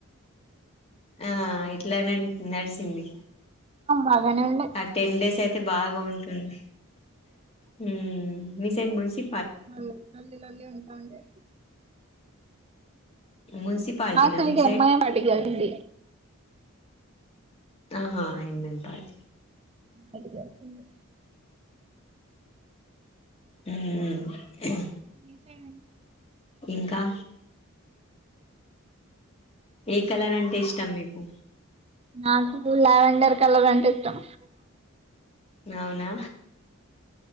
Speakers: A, on the left; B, on the right.
A: ఆ ఇట్లానే నడిచింది
B: బాగానే ఉండే
A: ఆ టెన్ డేస్ అయితే బాగా ఉంటుంది హు మ్ మీ సైడ్ మున్సీ
B: మాది లొల్లి లొల్లి ఉంటాఉండే
A: మున్సిపాలిటీనా
B: మా సైడ్
A: మీ
B: ఎమ్ ఐ ఎమ్ అడిగండి
A: ఆహా ఏ ఎన్ పాట్
B: అడగాల్సింది
A: మ్మ్మ్ హ్మ
B: మీ సైడ్ అండి
A: ఇంకా ఏ కలర్ అంటే ఇష్టం మీకు
B: నాకు లవేండర్ కలర్ అంటే ఇష్టం
A: అవునా